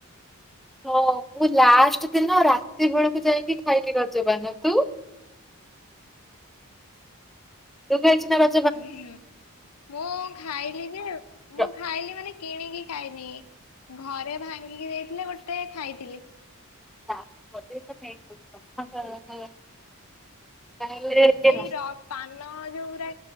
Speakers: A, in the centre; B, on the left.
A: ହଁ ମୁଁ ଲାଷ୍ଟ ଦିନ ରାତି ବେଳକୁ ଯାଇକି ଖାଇଲି ରଜପାନ ତୁ। ତୁ ଖାଇଛୁ ନା ର
B: ଉଁ ହୁଁ। ମୁଁ ଖାଇଲି ଯେ
A: ର-
B: ମୁଁ ଖାଇଲି ମାନେ କିଣିକି ଖାଇନି। ଘରେ ଭାଙ୍ଗିକି ଦେଇଥିଲେ ଗୋଟେ ଖାଇଥିଲି।
A: <inaudible> ତାହେଲେ। ହଁ
B: ଏଇ ର ପାନ ଯୋଉଗୁରା